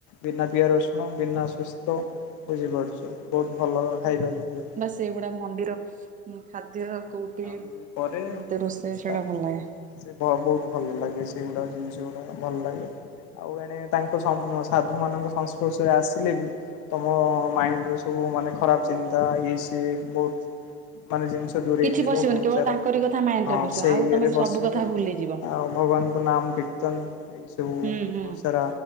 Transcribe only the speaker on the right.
ସେଗୁଡା ମନ୍ଦିର ଖାଦ୍ୟ କୋଉଠି
ଏମତି
ରୋଷେଇ ସେଇଟା
ଭଲ ଲାଗେ।
କିଛି
ପଶିବନି
କେବଳ
ତାଙ୍କରି କଥା ମାଇଣ୍ଡ
ରେ ପଶିବ
ଆଉ
ତମେ
ସବୁ କଥା ଭୁଲିଯିବ
ହୁଁ ହୁଁ।